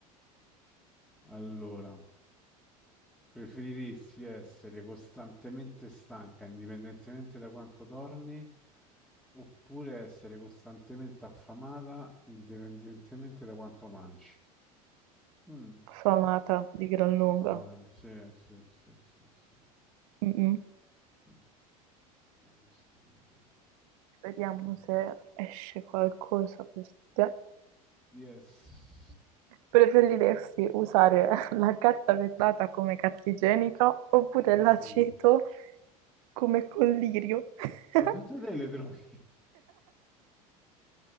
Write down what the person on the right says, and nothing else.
Famata di gran lunga.
Mm-mm.
Vediamo se esce qualcosa per te.
Preferiresti usare <laughs> la carta vetrata come carta igienica oppure
l'aceto come collirio? <laughs>